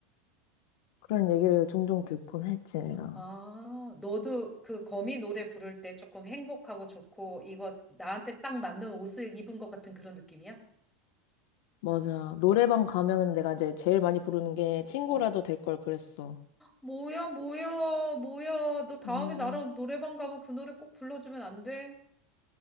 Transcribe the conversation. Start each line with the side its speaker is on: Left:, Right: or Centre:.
Left: 그런 얘기를 종종 듣곤 했지, 내가.
Centre: 아, 너도 그 거미 노래 부를 때 조금 행복하고 좋고, 이거 나한테 딱 맞는 옷을 입은 것 같은 그런 느낌이야?
Left: 맞아. 노래방 가면은 내가 이제 제일 많이 부르는 게 친구라도
Centre: 어.
Left: 될 걸 그랬어.
Centre: 뭐야, 뭐야, 뭐야. 너 다음에
Left: 음.
Centre: 나랑 노래방 가면 그 노래 꼭 불러주면 안 돼?